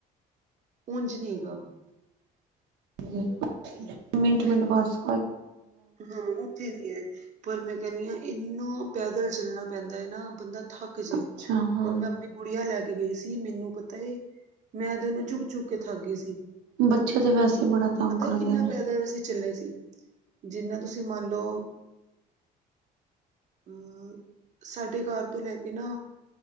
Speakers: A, on the right; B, on the right.
A: ਉਂਜ ਨੀ ਹੈਗਾ।
B: ਹੂੰ। ਮਿੰਟ-ਮਿੰਟ, ਬਸ।
A: ਹਾਂ, ਉੱਥੇ ਨੇ। ਪਰ ਮੈਂ ਕੈਂਨੀ ਆ, ਇੰਨਾ ਪੈਦਲ ਚੱਲਨਾ ਪੈਂਦੈ ਨਾ, ਬੰਦਾ ਥੱਕ ਕਸੀ,
B: ਅੱਛਾ ਹਾਂ
A: ਹੋਰ ਪ੍ਰਭ 'ਤੇ ਗੁੜੀਆਂ ਲੈ ਕੇ ਗਈ ਸੀ, ਮੈਨੂੰ ਪਤੈ ਏ, ਮੈਂ 'ਤੇ ਉਨੂੰ ਚੁੱਕ- ਚੁੱਕ ਕੇ ਥੱਕ ਗਈ ਸੀ।
B: ਬੱਚੇ 'ਤੇ ਵੈਸੇ ਈ ਬੜਾ ਤੰਗ
A: ਪਤਾ
B: ਕਰਦੇ
A: ਕਿੰਨਾ
B: ਨੇ।
A: ਪੈਦਲ ਅਸੀਂ ਚੱਲੇ ਸੀ। ਜਿੰਨਾ ਤੁਸੀਂ ਮੰਨ ਲਓ, ਅਹ। ਸਾਡੇ ਘਰ ਤੋਂ ਲੈ ਕੇ ਨਾ,